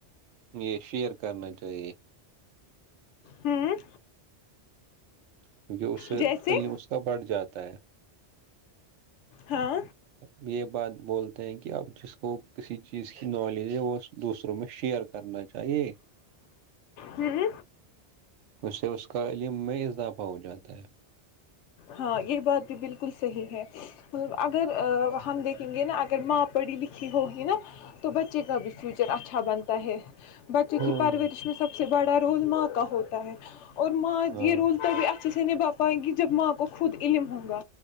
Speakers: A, on the right; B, on the left.
A: یہ شیئر کرنا چاہیے
B: ہوں
A: کیونکہ اس سے
B: جیسے
A: علم اس کا بڑھ جاتا ہے
B: ہاں
A: م یہ بات بولتے ہیں کہ آپ جس کا کو کسی چیز کی نالج ہے وہ دوسروں میں شیئر کرنا چاہیے
B: ہوں
A: اسے اس کا علم میں اضافہ ہو جاتا ہے
B: ہاں یہ بات بھی بالکل صحیح ہے مطلب اگر ہم دیکھیں گے نا اگر ماں پڑھی لکھی ہوگی نا تو بچے کا بھی فیوچر اچھا بنتا ہے بچے
A: ہاں
B: کی پرورش میں سب س سے بڑا رولما کا ہوتا ہے اور ماج
A: ہاں
B: یہ روولتاب اچھے سے نہیں باپ آئ گی جب ماں کو خود علم ہووں گا